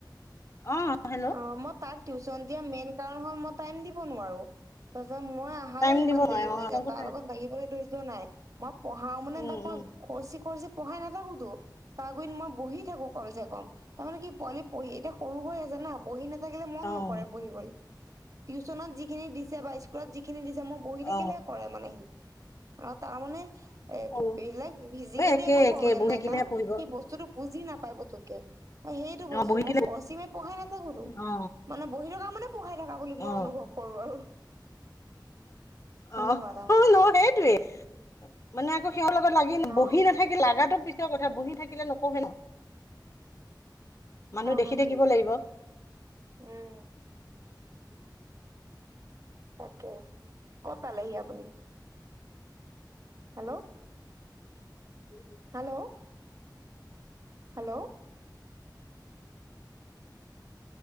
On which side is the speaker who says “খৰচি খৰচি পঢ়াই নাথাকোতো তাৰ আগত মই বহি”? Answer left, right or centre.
Right